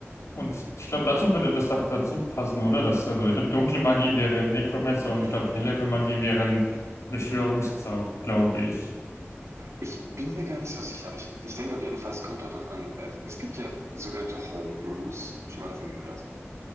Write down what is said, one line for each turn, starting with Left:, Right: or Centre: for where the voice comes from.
Left: Und ich, ich glaube, dazu würde das doch dazu passen, oder? Das, also ich glaube, dunkle Magie wäre Necromancer
Right: Mm,
Left: und ich glaube, hellere
Right: mm,
Left: Magie
Right: mm.
Left: wären Beschwörungszauber, glaube ich.
Right: Ich bin mir gar nicht so sicher, aber ich, ich denke auf jeden Fall, es kommt darauf an. Äh, Es gibt ja sogenannte Homebrews. Schon mal davon gehört?